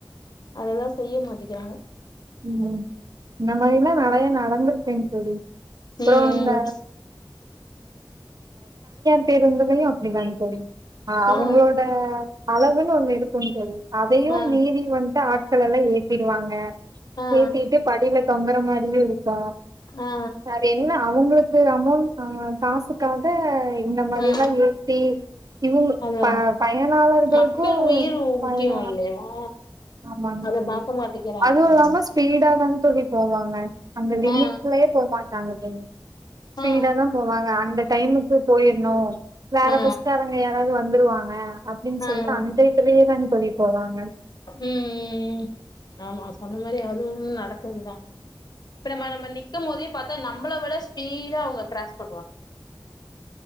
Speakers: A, on the left (about 55°); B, on the right (about 45°).
A: அதெல்லாம் செய்ய மாட்டிக்கிறாங்க
B: உம் இந்த மாரிலாம் நிறைய நடந்திருக்கேன்னு தோழி அப்புறம்
A: ம்
B: அந்த ச ரந்தல அப்படி தாங்க தோழி ஆஹ் அவங்களோட
A: ஆ
B: அளவுன்னு ஒண்ணு இருக்கும்ன்னு தோழி அதையும்
A: ஆ
B: மீறி வந்துட்டு ஆட்கள்ளெல்லாம் ஏத்தி டிருவாங்க
A: ஆ
B: இது இது படில தொங்க அ மாதிரியும் இருக்கும்
A: ஆ
B: சரி என்ன அவங்களுக்கு அமௌண்ட்ஹ காசு காக இந்த மாரில்லாம்
A: ஆ
B: ஏத்தி இவுங்க
A: அதா
B: ப பயனாளர்களுக்கும்
A: மக்கள் உயிர்
B: பயன
A: முக்கியோ இல்லையமா
B: ஆமாங்க
A: அத
B: தோழி
A: பாக்க மாட்டேங்கிறாங்க
B: அதுவும்
A: பாருங்க
B: இல்லாம ஸ்பீடாதான சொல்லி போவாங்க அந்த லிமிட்லயே
A: ஆ
B: போமாட்டாங்க தோழி ஸ்பீடா
A: ஆ
B: தான் போவாங்க அந்த டைமுக்கு போயிருணும் வேற
A: ஆ
B: பஸ்காரங்க யாராவது வந்துருவாங்க அப்டின்னு
A: ஆ
B: சொல்லிட்டு
A: ஆ
B: அந்த இடத்துலயே தான்நி கூடி போவாங்க
A: உம் உம் ஆமா சொன்ன மாரி அதுவும் நடக்குது தான் பிண்ண நம்ப நிக் இருக்கும் போதே பார்த்தா நம்மளை விட ஸ்பீடா அவங்க கிராஸ் பண்ணுவாங்க